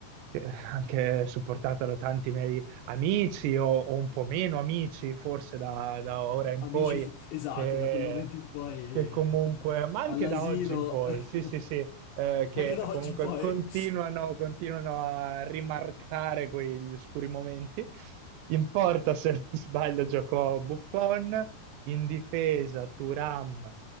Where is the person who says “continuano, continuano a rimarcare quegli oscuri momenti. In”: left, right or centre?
Right